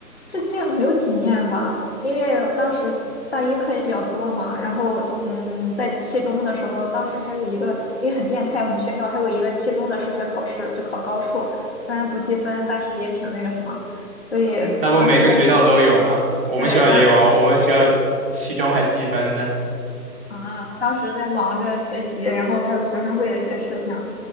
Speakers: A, on the left; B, on the right.
A: 就见了没有几面吧。因为当时大一课也比较多嘛，然后嗯，在期中的时候，当时还有一个，因为很变态，我们学校还有一个期中的数学考试，就考高数，虽然不计分，但是也挺那个什么，所以当时在
B: 嗯那不每个学校都有吗？我们学校也有啊，
A: 对当
B: 我们学校期中还计分呢。
A: 啊，当时在忙着学习，然后还有学生会的一些事情，